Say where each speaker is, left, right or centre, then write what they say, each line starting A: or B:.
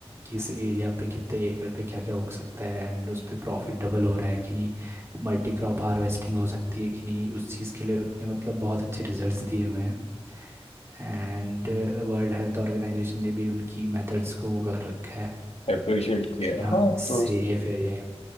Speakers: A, on the right (about 25°); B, on the left (about 75°).
A: कि इस एरिया पे कितने एकड़ पे क्या क्या उग सकता है एंड उस पे प्रॉफिट डबल हो रहा है कि नहीं मल्टी क्रॉप हार्वेस्टिंग हो सकती है कि नहीं उस चीज़ के लिए उसने मतलब बहुत अच्छे रिजल्ट्स दिए हुए हैं एंड वर्ल्ड हेल्थ ऑर्गेनाइजेशन ने भी उनकी मेथड्स को वो कर रखा है
B: अप्रिशिएट किया
A: कि हाँ
B: हाँ
A: सेफ
B: तो
A: है ये।